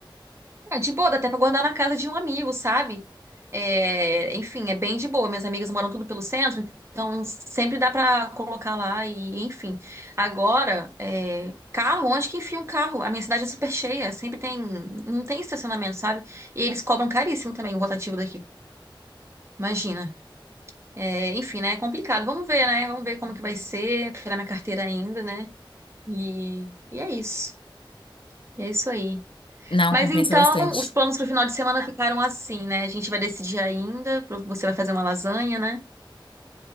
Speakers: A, on the right; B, on the left.
A: Ah, de boa, dá até pra guardar na casa de um amigo, sabe? É, enfim, é bem de boa. Minhas amigas moram tudo pelo centro, então sempre dá pra colocar lá e, enfim. Agora, é, carro, onde que enfia um carro? A minha cidade é super cheia, sempre tem, não tem estacionamento, sabe? E eles cobram caríssimo também o rotativo daqui. Imagina. É, enfim, né? É complicado. Vamos ver, né? Vamos ver como que vai ser, tirar minha carteira ainda, né? E, e é isso. E é isso aí.
B: Não,
A: Mas
B: compensa
A: então,
B: bastante.
A: os planos para o final de semana ficaram assim, né? A gente vai decidir ainda. pro- Você vai fazer uma lasanha, né?